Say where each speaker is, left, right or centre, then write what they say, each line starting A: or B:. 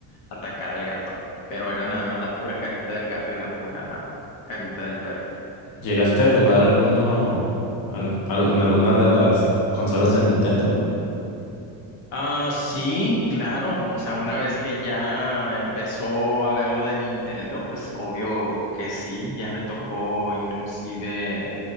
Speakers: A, on the left; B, on the left.
A: atacar al gato. Pero era nada más la pura carita del gato y la pura carita del perro.
B: ¿llegaste a jugar alguno al- algo- en alguna de las consolas de Nintendo?
A: Ah, sí, claro. O sea, una vez que ya empezó a ver lo de Nintendo, pues obvio que sí, ya me tocó inclusive